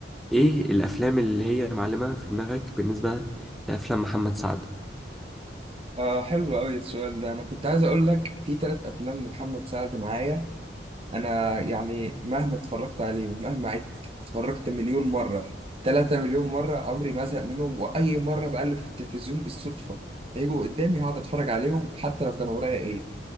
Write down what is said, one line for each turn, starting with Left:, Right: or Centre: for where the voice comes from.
Centre: ايه الافلام اللي هي معلمة في دماغك بالنسبة لافلام محمد سعد
Right: آه حلو قوي السؤال ده انا كنت عايز اقول لك في ثلاث افلام لمحمد سعد معايا انا يعني مهما اتفرجت عليهم مهما عدت اتفرجت مليون مره 3 مليون مره عمري ما ازهق منهم واي مره بقلب في التلفزيون بالصدفه يجوا قدامي هقعد اتفرج عليهم حتى لو كان ورايا ايه